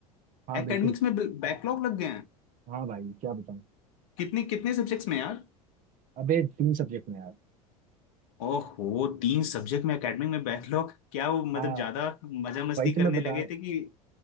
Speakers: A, on the right; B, on the left.
A: हाँ
B: एकेडमिक्स
A: बिल्कुल
B: में बैकलॉग लग गए हैं
A: हाँ भाई क्या बताऊँ
B: कितने कितने सब्जेक्ट्स में यार
A: अबे तीन सब्जेक्ट में यार
B: ओहो तीन सब्जेक्ट में एकेडमिक में बैकलॉग क्या वो मतलब
A: हाँ
B: ज्यादा मजा मस्ती
A: भाई
B: करने
A: तो मैं बता
B: लगे थे कि